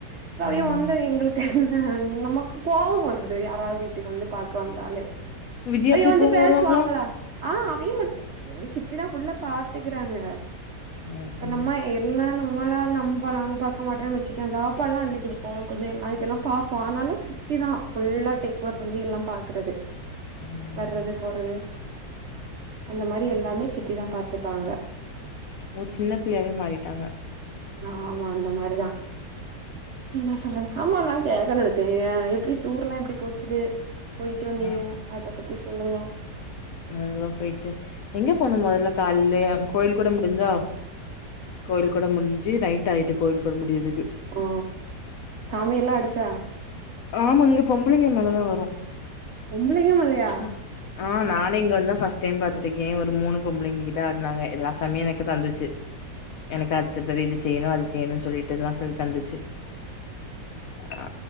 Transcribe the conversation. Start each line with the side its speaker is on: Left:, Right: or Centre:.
Right: இப்ப ஐயோ
Left: ம்
Right: வந்தது எங்களுக்கு அ நமக்கு கோவோ வருது யாராவது வீட்டுக்கு வந்து பாக்க வந்தாலே
Left: விஜயாத்த
Right: ஐயோ வந்து
Left: இப்ப இங்க
Right: பேசுவாங்களா
Left: வருவாங்களா
Right: அ அவிய மட்டு எங்க சித்திதா ஃபுல்லா பாத்துக்கறாங்க
Left: ம்
Right: இப்ப
Left: ம்
Right: நம்ம எல்லா நம் நம்மபாளா நம்ம நாங்க பாக்க மாட்டோ வெச்சுக்கோ சாப்பாடுல்லா அள்ளி குடுப்போ கொஞ்சோ எல்லா இதெல்லா பாப்போ ஆனாலு சித்தி த்தி தா ஃபுல்லா டேக்ஓர் பண்ணி எல்லா பாக்குறது
Left: ம்
Right: வர்றது போறது அந்த மாரி
Left: ம்
Right: எல்லாமே சித்திதா பாத்துப்பாங்க
Left: ஒரு சின்ன பிள்ளையாவே மாறிட்டாங்க
Right: ஆமா அந்த மாரிதா என்ன சொல்றது ஆமா நா கேக்க நெனச்சே ஏ எப்டி டூர் எல்லா எப்டி போச்சுது போயிட்டு வந்தீங்க
Left: ம்.
Right: அத பத்தி சொல்லுங்க
Left: அதுல்லா போயிட்டு எங்க போணும் முதல்ல கால்லயே கோயில் கூட முடிஞ்சா கோயில் கொட முடிஞ்சு நைட் ஆயிட்டு கோயில் கொட முடியுது க்கு
Right: ஓ சாமி எல்லா அடிச்சா
Left: ஆமா இங்க பொம்பளைங்க மேலதா வரு
Right: பொம்பளைங்க மேலையா
Left: ஆ நானே இங்க வந்து தா ஃபஸ்ட் டைம் பாத்துருக்கே ஒரு மூணு பொம்பளிங்க கிட்ட ஆடுனாங்க எல்லா சாமி எனக்கு தந்துச்சு எனக்கு அடுத்து இது வே செய்யணு அது செய்யணும்னு சொல்லிட்டுல்லா சொல்லி தந்துச்சு அ